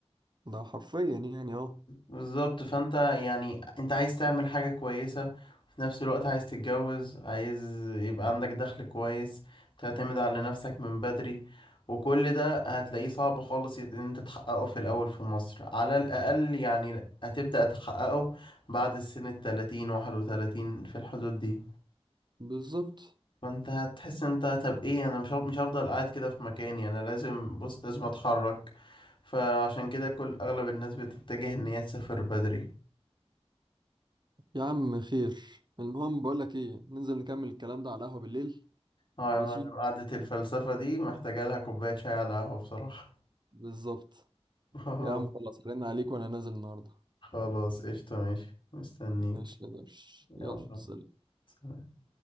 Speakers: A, on the right; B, on the left.
A: ده حرفيا يعني اه
B: بالظبط فانت يعني انت عايز تعمل حاجة كويسة وفي نفس الوقت عايز تتجوز عايز يبقى عندك دخل كويس تعتمد على نفسك من بدري وكل ده هتلاقيه صعب خالص يت- ان انت تحققه في الاول في مصر على الاقل يعني هتبدأ تحققه بعد السن التلاتين واحد وتلاتين في الحدود دي
A: بالظبط
B: فانت هتحس ان انت طب ايه انا مش هف- مش هفضل قاعد كده في مكاني انا لازم بص لازم اتحرك فعشان كده كل اغلب الناس بتتجه ان هي تسافر بدري
A: يا عم خير المهم بقول لك ايه ننزل نكمل الكلام ده على القهوه بالليل
B: اه
A: ماشي
B: يا معلم قعدة الفلسفة دي محتاجة لها كوباية شاي على قهوة بصراحة
A: بالظبط
B: <laughs> خلاص
A: يا عم خلاص رن عليك وانا نازل النهارده
B: خلاص قشطة ماشي مستنيك
A: ماشي يا باشا
B: يلا
A: يلا سلام
B: سلام.